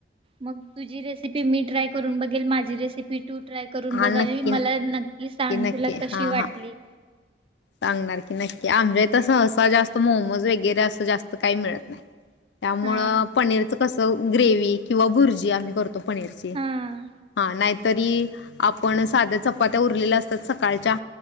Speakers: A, on the right (about 30°); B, on the left (about 75°).
A: मग तुझी रेसिपी मी ट्राय करून बघेल माझी रेसिपी टू ट्राय करून
B: हां
A: बघावी
B: नक्की
A: मला नक्की सांग
B: नक्की
A: तुला कशी
B: हां
A: वाटली.
B: हां सांगणार की नक्की आमच्या इथ सहसा जास्त मोमोज वगैरे असं जास्त काही मिळत नाही. त्यामुळं
A: हा
B: पनीरचं कसं, ग्रेवी किंवा भुर्जी आम्ही करतो. पनीरची
A: हा
B: हा नाही. तरी आपण साध्या चपात्या उरलेल्या असतात सकाळच्या